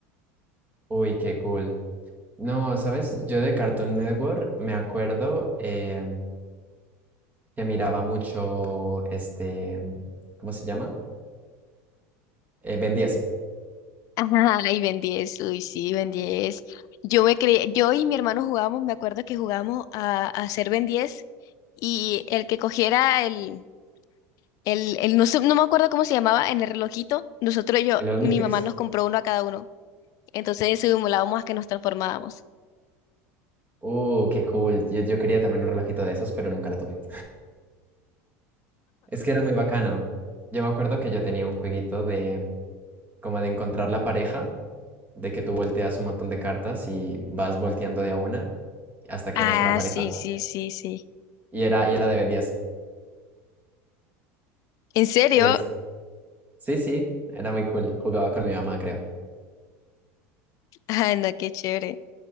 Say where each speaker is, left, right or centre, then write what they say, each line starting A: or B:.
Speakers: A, on the right (about 20°); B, on the left (about 50°).
A: Uy, qué cool. No, ¿sabes? Yo de Cartoon Network me acuerdo, em, que miraba mucho este, ¿cómo se llama? Eh, Ben 10.
B: <laughs> Ajá, y Ben 10, uy, sí, Ben 10. Yo me creía, yo y mi hermano jugábamos, me acuerdo que jugábamos a, a ser Ben 10 y el que cogiera el El, el- no sé- no me acuerdo cómo se llamaba, en el relojito, nosotros yo,
A: ¿El de los
B: mi
A: Matrix?
B: mamá nos compró uno a cada uno. Entonces simulábamos a que nos transformábamos.
A: Uh, qué cool. Yo, yo quería también un relojito de esos, pero nunca lo tuve. Es que era muy bacano. Yo me acuerdo que yo tenía un jueguito de como de encontrar la pareja, de que tú volteas un montón de cartas y vas volteando de a una hasta que
B: Ah,
A: hagas una pareja.
B: sí, sí, sí, sí.
A: Y era, y era de Ben 10.
B: ¿En serio?
A: Es, sí, sí, era muy cool. Jugaba con mi mamá, creo.
B: Ah, no, qué chévere.